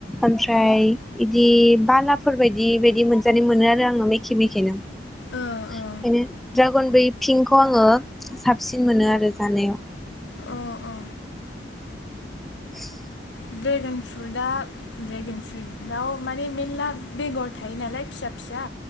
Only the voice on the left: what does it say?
अ
अ
अ अ
ड्रेगन फ्रुटआ ड्रेगन फ्रुइटआव माने मेल्ला बेगर थायो नालाय फिसा फिसा